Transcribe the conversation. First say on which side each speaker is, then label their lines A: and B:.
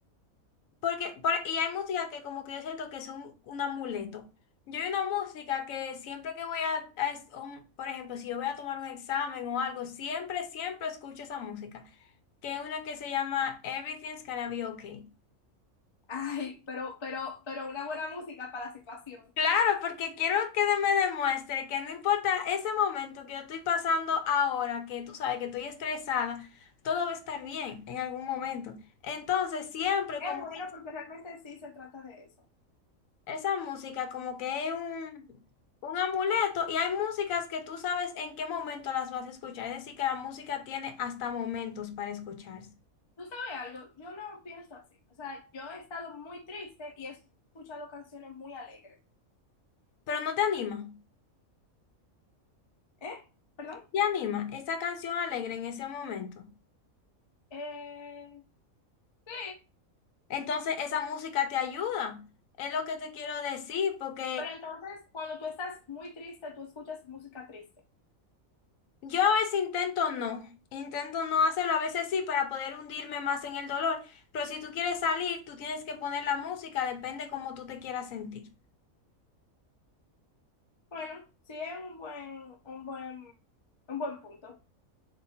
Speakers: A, on the left; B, on the left.
A: Porque, por- y hay músicas que como que yo siento que son un amuleto. Yo hay una música que siempre que voy a, a es- un- por ejemplo, si yo voy a tomar un examen o algo, siempre, siempre escucho esa música, que es una que se llama Everything's Gonna Be Okay.
B: Ay, pero, pero, pero una buena música para la situación.
A: Claro, porque quiero que de- me demuestre que no importa ese momento que yo estoy pasando ahora, que tú sabes que estoy estresada, todo va a estar bien en algún momento. Entonces, siempre
B: Es
A: como
B: bueno
A: que
B: porque realmente sí se trata de eso.
A: esa música como que es un, un amuleto y hay músicas que tú sabes en qué momento las vas a escuchar. Es decir, que la música tiene hasta momentos para escucharse.
B: Tú sabes algo, yo no pienso así. O sea, yo he estado muy triste y he escuchado canciones muy alegres.
A: Pero no te anima, no
B: ¿Eh? ¿Perdón?
A: te anima esa canción alegre en ese momento.
B: Eh, sí,
A: Entonces, esa música te ayuda. Es lo que te quiero decir, porque...
B: pero entonces cuando tú estás muy triste, tú escuchas música triste.
A: Yo a veces intento no, intento no hacerlo, a veces sí para poder hundirme más en el dolor, pero si tú quieres salir, tú tienes que poner la música, depende cómo tú te quieras sentir.
B: Bueno, sí es un buen, un buen, un buen punto.